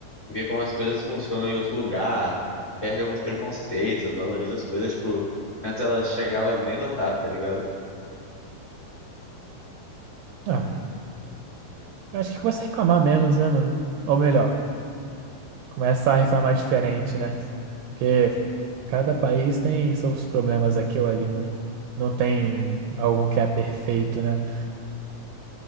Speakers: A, on the left; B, on the right.
A: Vê como as coisas funcionam em outro lugar, perde alguns preconceitos, valoriza as coisas, tipo, antes ela chegava nem notar, tá ligado?
B: Ah, eu acho que começa a reclamar menos, né, mano? Ou melhor, começa a reclamar diferente, né? Porque cada país tem seus problemas aqui ou ali, mano. Não tem algum que é perfeito, né?